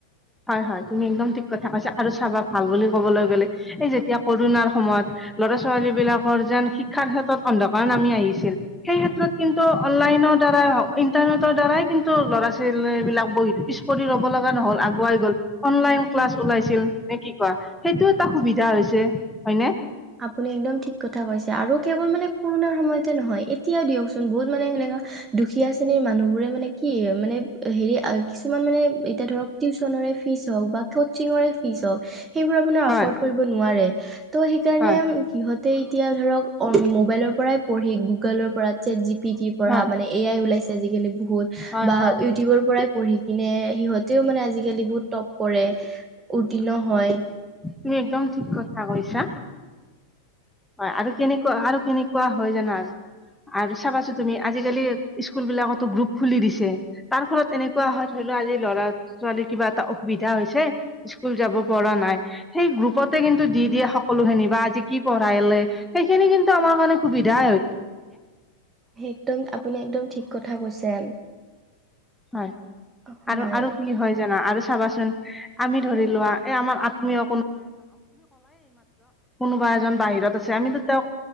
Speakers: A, in the centre; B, on the right.
A: হয়, হয়, তুমি একদম ঠিক কথা কৈছা আৰু চাবা ভাল বুলি কবলৈ গ'লে এই যেতিয়া কৰণাৰ সময়ত ল'ৰা, ছোৱালী বিলাকৰ যেন শিক্ষাৰ ক্ষেত্ৰত অন্ধকাৰ নামি আহিছিল। সেই ক্ষেত্ৰত কিন্তু অনলাইনত দ্বাৰ ইটাৰনেটৰ দ্বাৰাই কিন্তু ল'ৰা, ছোৱালী বিলাক বহ পিছ, পৰি ৰব লগা নহ'ল। বাই, গল অনলাইন ক্লাছ ওলাইছিল নে কি কোৱা সেইটো এটা সুবিধা হৈছে, হয়নে।
B: আপুনি একদম ঠিক কথা কৈছে আৰু কেৱল মানে কৰোণাৰ সময়তে নহয়। এতিয়াও দিয়কচোন বহুত মানে সেনেকা দুখীয়া শ্ৰেণীৰ মানুহ বোৰে মানে কি মানে হেৰি কিছুমান মানে এতিয়া ধৰক টিউচনেৰে ফিজ হওঁক বা কচিঙৰে ফিজ হওক সেইবোৰ মানে
A: হয়
B: এফৰ্ড কৰিব নোৱাৰে ত' সেইকাৰণে
A: হয়
B: কিহত এই, এতিয়া ধৰক মোবাইলৰ পৰাই পঢ়ি গুগলৰ পৰা চেট জি পি টিৰ পৰা
A: হয়
B: মানে এয়াই ওলাইছে, আজিকালি বহুত
A: হয়
B: বা
A: হয়
B: ইউটিউবৰ পৰাই পঢ়ি কিনে সিহঁত তেওঁও মানে আজিকালি বহুত টপ কৰে উত্তীৰ্ণ হয়।
A: তুমি একদম ঠিক কথা কৈছা। হয় আৰু কেনেকুৱা আৰু কেনেকুৱা হয়, জানান। আৰু চাবাচো তুমি আজিকালি স্কুল বিলাকতো গ্ৰুপ খুলি দিছে তাৰ ফলত এনেকুৱা হয়। আজি ল'ৰা, ছোৱালী কিবা এটা অসুবিধা হৈছে স্কুল যাব পঢ়ি নাই, সেই গ্ৰুপতে কিন্তু দি দিয়ে, সকলোখিনি বা আজি কি পঢ়াইে সেইখিনি কিন্তু আমাৰ <unintelligible> সুবিধা
B: হেতোন আপুনি একদম ঠিক কথা কৈছে।
A: হয়।
B: হয়,
A: আৰু, আৰু কি হয় জানা আৰু চাবাচোন আমি ধৰি লোৱা এই আমাৰ আত্মীয় বা এজন বাহিৰত আছে, আমিতো তেওঁক